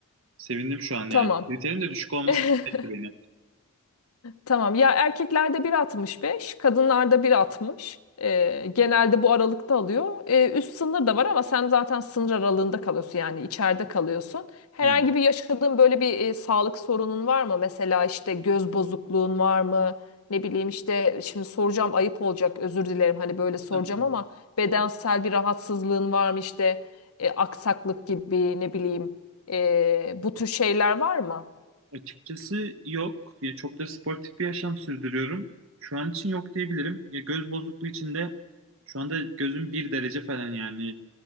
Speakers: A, on the right (about 65°); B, on the left (about 85°).
A: Sevindim şu an
B: Tamam.
A: yani. Kriterin de düşük olması
B: <laughs>
A: mutlu etti beni.
B: Tamam. Ya erkeklerde bir altmış beş, kadınlarda 1.60. Ee, genelde bu aralıkta alıyor. Ee, üst sınır da var ama sen zaten sınır aralığında kalıyorsun yani içeride kalıyorsun. Herhangi
A: Hmm.
B: bir yaşadığın böyle bir e, sağlık sorunun var mı? Mesela işte göz bozukluğun var mı? Ne bileyim işte şimdi soracağım ayıp olacak özür dilerim hani böyle
A: Estağfurullah.
B: soracağım ama bedensel bir rahatsızlığın var mı işte e, aksaklık gibi ne bileyim e, bu tür şeyler var mı?
A: Açıkçası yok. Ya çok da sportif bir yaşam sürdürüyorum. Şu an için yok diyebilirim. Ya göz bozukluğu için de şu anda gözüm bir derece falan yani